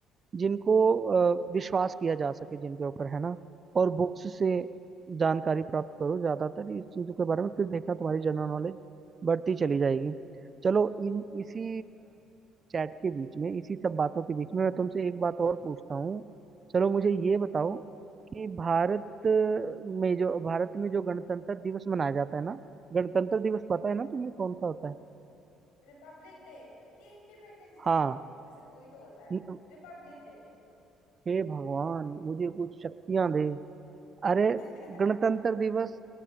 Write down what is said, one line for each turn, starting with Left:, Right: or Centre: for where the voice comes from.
Right: जिनको अ, विश्वास किया जा सके जिनके ऊपर है ना और बुक्स से जानकारी प्राप्त करो ज्यादातर इस चीजों के बारे में फिर देखना तुम्हारी जनरल नॉलेज बढ़ती चली जाएगी चलो इन इसी चैट के बीच में इसी सब बातों के बीच में मैं तुमसे एक बात और पूछता हूँ चलो मुझे ये बताओ कि भारत में जो भारत में जो गणतंत्र दिवस मनाया जाता है ना गणतंत्र दिवस पता है ना तुम्हें कौन सा होता है
Left: रिपब्लिक डे कि इंडिपेंडेंस डे
Right: हाँ
Left: दोनों में से कोई तो होता है
Right: न-
Left: Republic day
Right: हे भगवान मुझे कुछ शक्तियां दे अरे
Left: <laughs>
Right: गणतंत्र दिवस